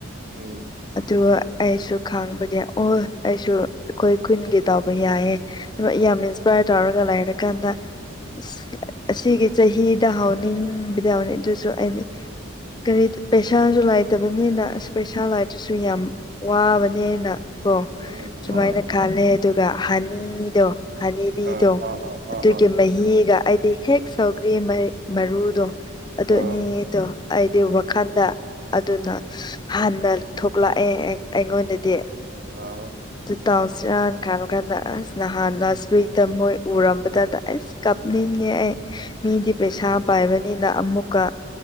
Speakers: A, on the right; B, on the left.
A: ꯎꯝ
B: ꯑꯗꯨꯒ ꯑꯩꯁꯨ ꯈꯥꯡꯕꯒꯤ ꯑꯣ ꯑꯩꯁꯨ ꯑꯩꯈꯣꯏ ꯈꯨꯟꯒꯤ ꯇꯥꯎꯕ ꯌꯥꯏꯑꯦ ꯌꯥꯝ ꯏꯟꯁꯄꯌꯥ꯭ꯔ ꯇꯧꯔꯒ ꯂꯩꯔꯀꯥꯟꯗ ꯑꯁ ꯑꯁꯤꯒꯤ ꯆꯍꯤꯗ ꯍꯥꯎꯅꯤꯡꯕꯗ ꯍꯥꯎꯅꯤ ꯑꯗꯨꯁꯨ ꯑꯩꯅ ꯀꯔꯤ ꯄꯩꯁꯥꯁꯨ ꯂꯥꯏꯇꯕꯅꯤꯅ ꯑꯁ ꯄꯩꯁꯥ ꯂꯥꯏꯇ꯭ꯔꯁꯨ ꯌꯥꯝ ꯋꯥꯕꯅꯤꯅ ꯀꯣ
A: ꯎꯝ
B: ꯁꯨꯃꯥꯏꯅ
A: ꯍꯣꯏ
B: ꯈꯜꯂꯦ ꯑꯗꯨꯒ ꯍꯥꯟꯅꯤꯗꯣ ꯍꯅꯤꯕꯤꯗꯣ
A: ꯑꯥ ꯑꯥ ꯑꯥ
B: ꯑꯗꯨꯒꯤ
A: ꯑꯥ ꯑꯥ
B: ꯃꯍꯤꯒ ꯑꯩꯗꯤ ꯍꯦꯛ ꯁꯧꯒ꯭ꯔꯤ ꯃꯥ ꯃꯔꯨꯗꯣ ꯑꯗꯨ
A: ꯑꯥ
B: ꯑꯅꯤꯗꯣ ꯑꯩꯗꯤ ꯋꯥꯈꯜꯗ ꯑꯗꯨꯅ ꯍꯥꯟꯅ ꯊꯣꯛ ꯂꯥꯛꯑꯦ ꯑꯩꯉꯣꯟꯗꯗꯤ
A: ꯑꯥ
B: ꯑꯗꯨ ꯇꯥꯎꯁꯤꯔꯥꯅ ꯈꯥꯔꯨ ꯀꯥꯟꯗ ꯑꯁ ꯅꯍꯥꯟꯅ ꯁꯤꯗ ꯃꯣꯏ ꯎꯔꯝꯕꯗꯥꯗ ꯑꯁ ꯀꯥꯞꯅꯤꯡꯉꯦ ꯑꯩ ꯃꯤꯗꯤ ꯄꯩꯁꯥ ꯄꯥꯏꯕꯅꯤꯅ ꯑꯃꯨꯛꯀꯥ